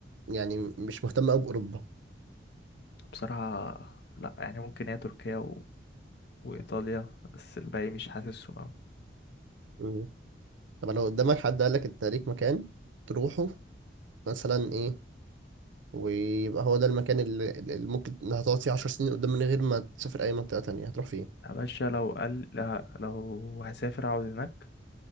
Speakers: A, on the right; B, on the left.
A: يعني مش مهتم أوي بأوروبا
B: بصراحه لا يعني ممكن هي تركيا و... وايطاليا بس الباقي مش حاسسهم
A: مم. طب لو قدامك حد قال لك انت ليك مكان تروحه مثلا ايه ويبقى هو ده المكان اللي اللي ممكن هتقعد فيه 10 سنين قدام من غير ما تسافر اي منطقة تانية هتروح فين
B: يا باشا لو قال لا لو هسافر اقعد هناك